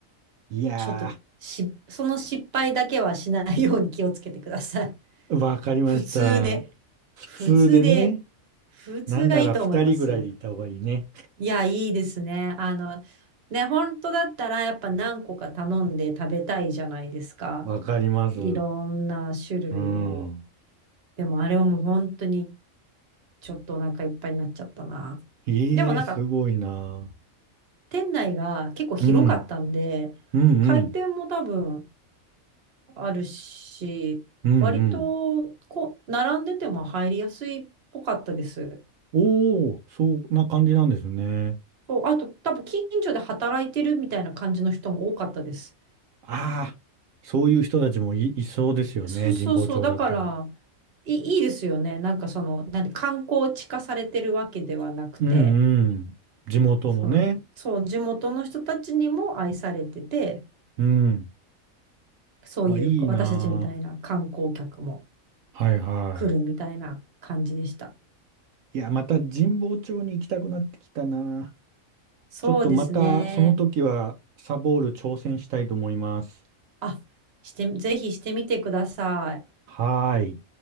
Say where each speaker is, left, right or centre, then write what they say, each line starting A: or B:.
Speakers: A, on the right; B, on the right.
A: いや
B: ちょっとし、その失敗だけはしないように気をつけてください。
A: ー、わかりました。
B: <laughs> 普通で。
A: 普通でね、
B: 普通で。普通がいいと思います。
A: なんなら二人ぐらいで行った方がいいね。
B: いや、いいですね。あの、ね、本当だったらやっぱ何個か頼んで食べたいじゃないですか。
A: わかります。
B: いろんな種類を。
A: うん。
B: でもあれはもう本当にちょっとお腹いっぱいになっちゃったな。
A: ええ、
B: でもなんか
A: すごいな。
B: 店内が結構広かったんで、
A: うん。うんうん。
B: 開店も多分あるし、
A: うんうん。
B: 割とこう並んでても入りやすいっぽかったです。
A: おお、そんな感じなんですね。
B: そう、あと多分近所で働いてるみたいな感じの人も多かったです。
A: ああ、そういう人たちもい、いそうですよね、
B: そうそうそう、
A: 神保町だと。
B: だからいい、いいですよね。なんかその、なんで観光地化されてるわけではなくて、
A: うんうん。地元のね。
B: その、そう、地元の人たちにも愛されてて、
A: うん。
B: そういう私たちみたいな観光客も
A: わ、いいなあ。はいは
B: 来るみたいな感じでした。
A: い。いや、また神保町に行きたくなってきたな。
B: そうですね。
A: ちょっとまたその時はサボール挑戦したいと思います。
B: あ、して、ぜひしてみてください。
A: はーい。